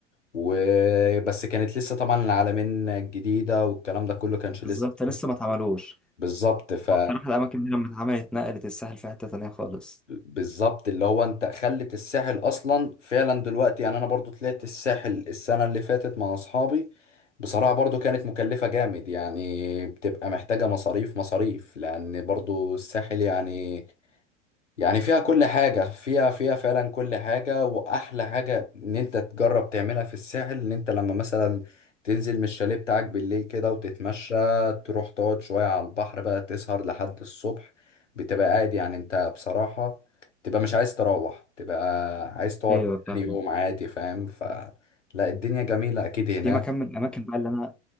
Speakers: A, on the left; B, in the centre.
A: وبس كانت لسه طبعا العلمين الجديدة والكلام ده كله كانش
B: بالظبط
A: لسه
B: لسه ما اتعملوش
A: بالظبط ف
B: هو بصراحة الأماكن دي لما اتعملت نقلت الساحل في حتة تانية خالص
A: بالظبط اللي هو انت خلت الساحل اصلا فعلا دلوقتي يعني انا برضو طلعت الساحل السنة اللي فاتت مع اصحابي بصراحة برضو كانت مكلفة جامد يعني بتبقى محتاجة مصاريف مصاريف لان برضو الساحل يعني يعني فيها كل حاجة فيها فيها فعلا كل حاجة وأحلى حاجة إن أنت تجرب تعملها في الساحل إن أنت لما مثلا تنزل من الشاليه بتاعك بالليل كده وتتمشى تروح تقعد شوية على البحر بقى تسهر لحد الصبح بتبقى قاعد يعني أنت بصراحة تبقى مش عايز تروح تبقى عايز تقعد
B: ايوه فاهم
A: تاني يوم عادي فاهم فلا الدنيا جميلة أكيد هناك
B: في مكان من الأماكن بقى اللي أنا